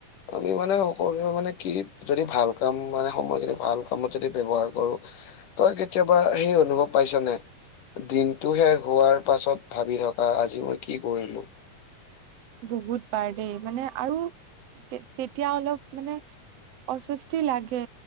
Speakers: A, on the left (about 90°); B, on the right (about 60°).
A: আমি মানে সকলোৱে মানে কি যদি ভাল কাম মানে সময়খিনি ভাল কামত যদি ব্যৱহাৰ কৰো। তই কেতিয়াবা সেই অনুভৱ পাইছ নে? দিনটো শেষ হোৱাৰ পাছত ভাবি থকা আজি মই কি কৰিলো।
B: বহুত বাৰ দেই মানে আৰু তেতিয়া অলপ মানে অস্বস্তি লাগে